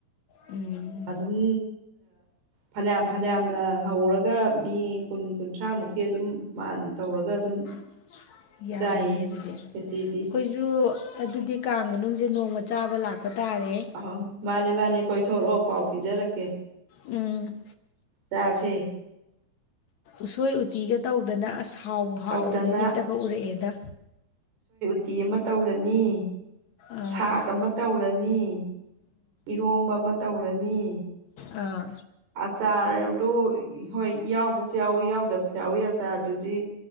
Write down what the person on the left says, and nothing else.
ꯎꯝ
<inaudible> ꯌꯥꯝꯃꯤꯅꯦ
ꯑꯗꯨꯗꯤ ꯑꯩꯈꯣꯏꯁꯨ
ꯑꯗꯨꯗꯤ ꯀꯥꯡ ꯃꯅꯨꯡꯁꯦ ꯅꯣꯡꯃ ꯆꯥꯕ ꯂꯥꯛꯄ ꯄ ꯇꯥꯔꯦ
ꯎꯝ
ꯎꯁꯣꯏ ꯎꯇꯤꯒ ꯇꯧꯗꯅ ꯑꯁ ꯍꯥꯎꯕ ꯍꯥꯎꯕ
ꯅꯨ ꯃꯤꯠꯇ ꯈꯛ ꯎꯔꯛꯑꯦꯗ
ꯑꯥ
ꯑꯥ